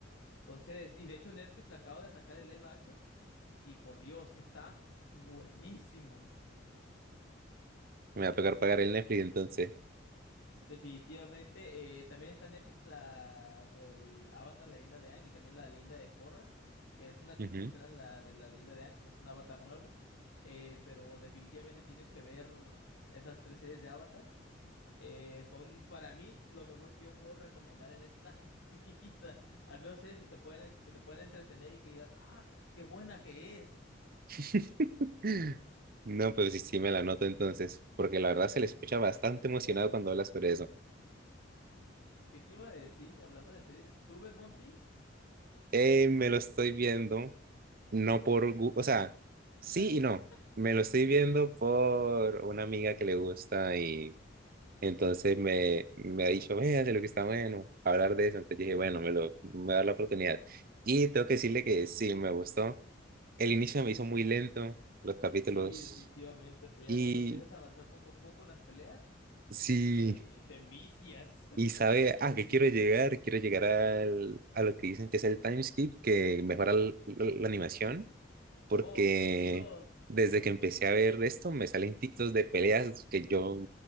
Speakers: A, on the left; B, on the right.
A: Entonces, y de hecho Netflix acaba de sacar el live action y por Dios que está buenísimo.
B: Me va a tocar pagar el Netflix entonces.
A: Definitivamente. eh, también está en Netflix la del Avatar, la leyenda de Aang, y también la leyenda de Korra, que es una continuación
B: Ujú.
A: a la de la leyenda de Aang, que es un Avatar nuevo. Eh, pero definitivamente tienes que ver esas tres series de Avatar. Eh, son para mí lo mejor que yo puedo recomendar en esta <laughs> vida. Al menos series que te pueden, que te pueden entretener y que digas, ah, qué buena que es.
B: <laughs> No, pues sí, sí me la noto entonces, porque la verdad se le escucha bastante emocionado cuando habla sobre eso.
A: ¿Qué te iba a decir hablando de series? ¿Tú ves One Piece?
B: Eh, me lo estoy viendo no por, gu- o sea, sí
A: <laughs>
B: y no. Me lo estoy viendo por una amiga que le gusta y entonces me, me ha dicho, véase lo que está bueno, hablar de eso. Entonces dije, bueno, me lo, me voy a dar la oportunidad. Y tengo que decirle que sí, me gustó. El inicio me hizo muy lento, los capítulos.
A: Sí, definitivamente, pero ya
B: Y
A: cuando empiezas a avanzar poco a poco en las peleas,
B: sí,
A: te, te envicias. <laughs>
B: y sabe, ah, que quiero llegar, quiero llegar al, a lo que dicen que es el time skip, que mejora l- la la animación porque
A: Oh, por Dios.
B: desde que empecé a ver esto me salen TikToks de peleas que yo,